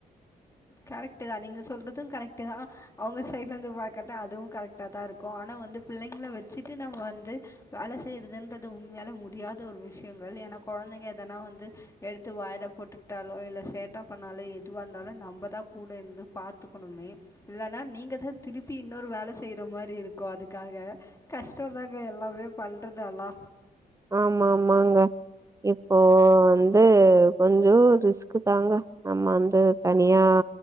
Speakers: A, on the left (about 20°); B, on the right (about 20°).
A: கரெக்ட்டு தா நீங்க சொல்றதூ கரெக்ட்டு தா அவுங்க சைட்லந்து பாக்கத அதுவு கரெக்ட்டா தா இருக்கூ ஆனா வந்து பிள்ளைங்கள வச்சிட்டு நம்ம வந்து வேல செய்யுறதுன்றது உண்மையாலு முடியாத ஒரு விஷயங்கள் ஏனா கொழந்தைங்க ஏதனா வந்து எடு வாயில போட்டுக்கிட்டாலோ இல்ல சேட்ட பண்ணாலு எதுவா இருந்தாலு நம்பத் தா கூட இருந்து பாத்துக்கணுமே இல்லன்னா நீங்க தா திருப்பி இன்னொரு வேல செய்யுற மாரி இருக்கு அதுக்காக கஷ்டோ தாங்க எல்லாமே பண்றது அல்லா
B: ஆமா ஆமாங்க இப்போ வந்து கொஞ்சோ ரிஸ்க்கு தாங்க நம்ம வந்து தனியா